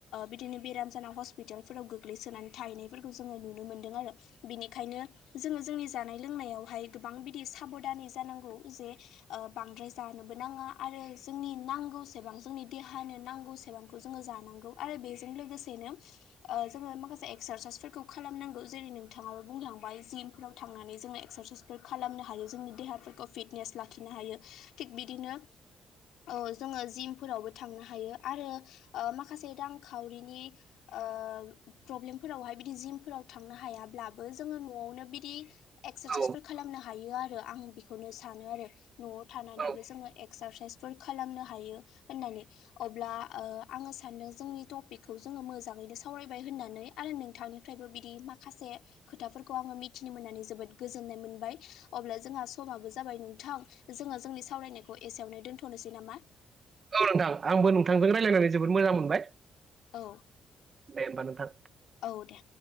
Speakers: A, on the left (about 85°); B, on the right (about 45°).
A: बिदिनो ओ बेराम जाना हस्पिटालफोराव गोग्लैसोनानै थाहैनायफोरखौ जोङो नुनो मोनदों आरो बेनिखायनो जोङो जोंनि जानाय लोंनायावहाय गोबां बिदि साबनानै जानांगौ जे ओ बांद्राय राय जानोबो नाङा आरो जोंनि नांगौ सेबां जोंनि देहानि नांगौसेबांखौ जोङो जानांगौ आरो बेजों लोगोसेनो ओ जोङो एक्सारसाइसफोरखौ खालामनांगौ जेरै नोंथाङाबो बुंलांबाय जिमफोराव थांनानै जोङो एक्सारसाइसफोर खालाम नो हायो जोंनि देहाफोरखौ फिटनेस लाखिनो हायो थिग बिदिनो औ जोङो जिम फोरावबो थांनो हायो आरो ओ माखासे रांखावरिनि ओ फ्र प्रब्लेमफोरावहाय बिदि जिमफोराव थांनो हायाब्लाबो जोङो न'आवनो बिदि एक्सारसाइसफोर
B: औ
A: खालामनो हायो आरो आं बिखौनो सानो आरो न'आव थानानैबो
B: औ
A: जोङो एक क्सारसाइसफोर खालामनो हायो। होननानै अब्ला ओ आङो सानदों जोंनि टपिकखौ जोङो मोजाङैनो सावरायबाय होननानै। आरो नोंथांनिफ्रायबो बिदि माखासे खोथाफोरखौ आङो मिथिनो मोननानै जोबोद गोजोननाय मोनबाय। अब्ला जोंहा समाबो जाबाय नोंथां जोङो जोंनि सावरायनायखौ एसेयावनो दोन्थ'नोसै नामा?
B: औ नोंथां आंबो नोंथांजों रायलायनानै जोबोद मोजां मोनबाय।
A: औ
B: दे होमबा नोंथां
A: औ दे।